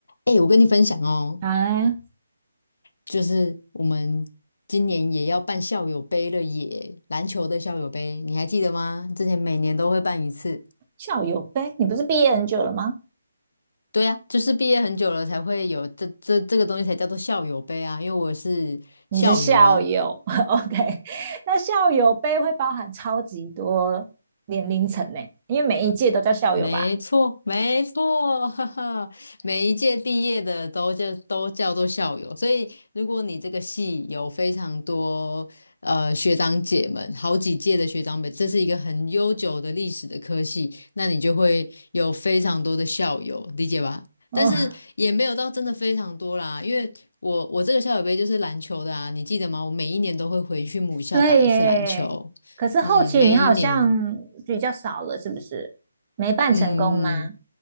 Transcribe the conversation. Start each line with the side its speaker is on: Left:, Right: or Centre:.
Left: 哎、我跟你分享哦，
Right: 啊，
Left: 就是我们今年也要办校友杯了耶，篮球的校友杯，你还记得吗？之前每年都会办一次。
Right: 校友杯，你不是毕业很久了吗？
Left: 对呀、就是毕业很久了才会有这这这个东西才叫做校友杯啊，因为我是校友啊，
Right: 你是校友 <laughs>，OK？那校友杯会包含超级多年龄层呢，因为每一届都叫校友吧？
Left: 没错，没错，<laughs> 哈哈，每一届毕业的都叫都叫做校友，所以如果你这个系有非常多呃学长姐们，好几届的学长们，这是一个很悠久的历史的科系，那你就会有非常多的校友，理解吧？
Right: 哦，
Left: 但是也没有到真的非常多啦，因为我我这个校友杯就是篮球的啊，你记得吗？我每一年都会回去母校打一次篮球，
Right: 对耶。可是后期你好像比较少了，
Left: 嗯，每一年。
Right: 是不是？没办成功吗？
Left: 嗯，